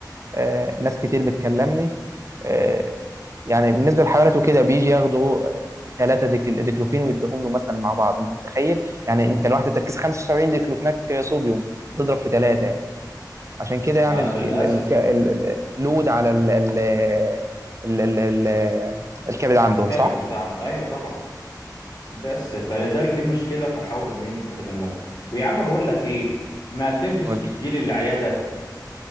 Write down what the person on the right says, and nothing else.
آه، ناس كتير بتكلمني آه، يعني بالنسبه للحيوانات وكده بيجي ياخدوا ثلاثه ديكلوفين ويديهم له مثلا مع بعض انت متخيل يعني انت لوحده تركيز 75 ديكلوفيناك صوديوم هتضرب في ثلاثه عشان كده يعني
الك-
ال- ال- ال- ال- اللود على ال ال ال ال ال الكبد عندهم
صح؟
قول
لي